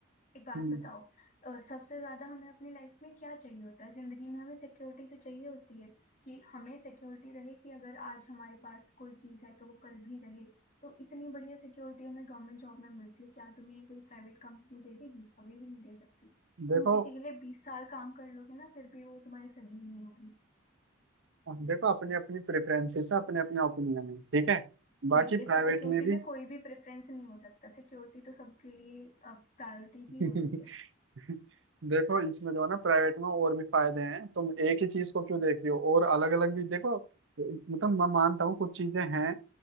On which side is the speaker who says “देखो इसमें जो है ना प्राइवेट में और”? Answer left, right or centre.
Right